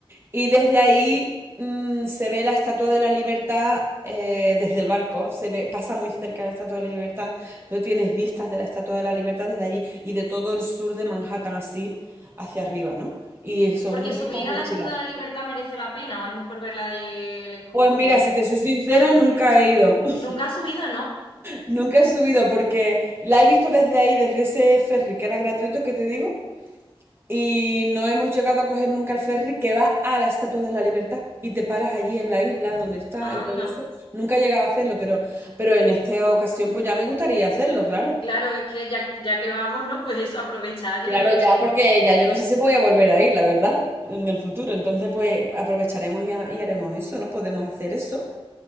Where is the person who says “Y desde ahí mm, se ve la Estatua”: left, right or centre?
Right